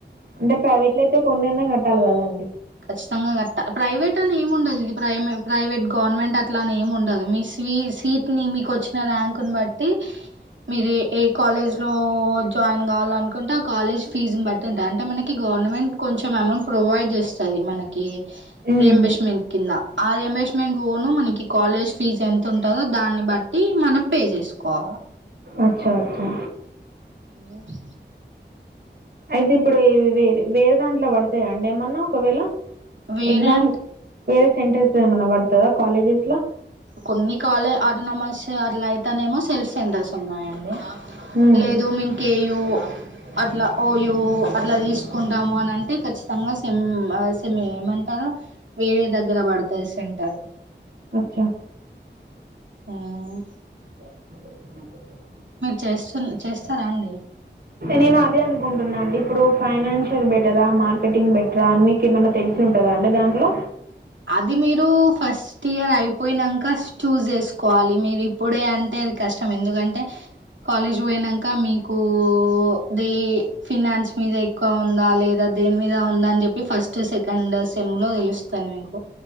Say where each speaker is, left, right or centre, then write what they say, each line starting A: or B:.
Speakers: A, on the right (about 55°); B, on the right (about 80°).
A: అంటే ప్రైవేట్ల అయితే కొన్ని అన్నా కట్టాలి కదండి.
B: ఖచ్చితంగా కట్టా ప్రైవేట్ అని ఏమి ఉండదు. ఇది ప్రైమే ప్రైవేట్ గవర్నమెంట్ అట్ల అని ఏమి ఉండదు. మీ స్వీ సీట్ని మీకు వచ్చిన ర్యాంకుని బట్టి మీరు ఏ కాలేజ్ లో జాయిన్ కావాల్ననుకుంటే ఆ కాలేజ్ ఫీజును బట్టి ఉంటది అంటే మనకి గవర్నమెంట్ కొంచెం అమౌంట్ ప్రొవైడ్ చేస్తది మనకి
A: మ్మ్.
B: రియంబర్స్మెంట్ కింద. ఆ రియంబర్స్మెంట్ పోను మనకి కాలేజ్ ఫీజ్ ఎంత ఉంటుందో దాన్ని బట్టి మనం పే చేసుకోవాలా.
A: అచ్చా అచ్చా.
B: ఉట్
A: అయితే ఇప్పుడు వేర వేరే దాంట్ల పడతయా అండి ఏమన్నా ఒకవేళ.
B: వేరే
A: ఎగ్జామ్
B: అంటే
A: వేరే సెంటర్స్ ఏమన్నా పడుతదా కాలేజెస్ లా
B: కొన్ని కాలేజేస్ అటనామస్ అట్లా అయితేనేమో సెల్ఫ్ సెంటర్స్ ఉన్నాయండి.
A: హ్మ్
B: లేదు మేం కేయు అట్లా ఓయూ అట్లా తీసుకుంటాము అనంటే ఖచ్చితంగా సెమ్ సెమ్మే ఏమంటారు వేరే దగ్గర బడతది సెంటరు
A: అచ్చా
B: ఉమ్
A: <inaudible>
B: చేస్తు చేస్తారా అండి
A: నేను అదే అనుకుంటున్నా అండి ఇప్పుడు ఫైనాన్షియల్ బెటరా మార్కెటింగ్ బెటరా అని మీకు ఏమన్నా తెలిసి ఉంటందా అండి దాంట్లో
B: అది మీరు ఫస్ట్ ఇయర్ అయిపోయినంక చూజ్ చేసుకోవాలి మీరు ఇప్పుడే అంటే అది కష్టం ఎందుకంటే కాలేజ్ పోయినంక మీకు దే ఫినాన్స్ మీద ఎక్కువ ఉందా లేదా దేని మీద ఉందని చెప్పి ఫస్ట్ సెకండ్ సెమ్ లో దెలుస్తది మీకు